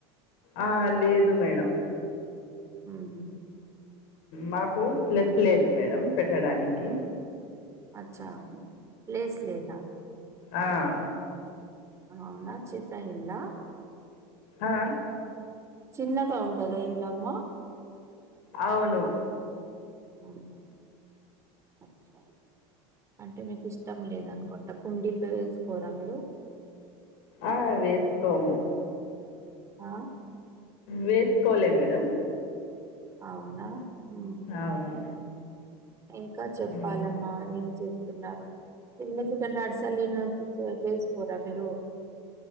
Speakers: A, on the left; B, on the right.
A: ఆ లేదు మేడం
B: ఉహ్ హ్
A: మాకు ప్లెస్ లేదు మేడం పెట్టడానికి
B: అచ్చా ప్లెస్ లేదా
A: ఆహ్
B: అవ్వున్లా చితైఉన్లా
A: ఆహ్
B: చిన్నగా ఉంటదా ఇందమ్మ
A: అవును
B: ఆహ అచ్చా అంటే మీకు ఇష్టం లేదనుకుంటా కుండీల్లో వేస్కోరా మీరు
A: ఆ వేస్కోము
B: ఆహ్
A: వేస్కోలే మేడం
B: అవునా హ్మ్
A: అవును
B: ఇంకా చెప్పాలమ్మా
A: మ్మ్.
B: ఏం చేతున్నారు <unintelligible> నీళ్ళ చే చేస్కోరా మీరు